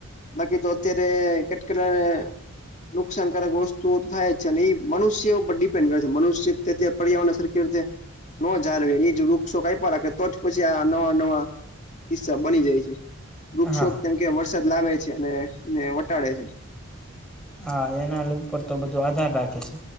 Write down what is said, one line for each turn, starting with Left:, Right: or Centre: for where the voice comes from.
Left: બાકી તો અત્યારે નુકસાનકારક વસ્તુઓ તો થાય જ છે અને એ મનુષ્ય ઉપર ડિપેન્ડ કરે છે મનુષ્ય તે પર્યાવરણ સરખી રીતે ન જાળવે એ વૃક્ષો કાપયા રાખે તો જ પછી આ નવા નવા કિસ્સા બની જાય છે વૃક્ષો
Centre: હા
Left: કેમ કે વરસાદ લાવે છે અને એને વટાડે છે.
Centre: હા એના ઉપર તો બધું આધાર રાખે છે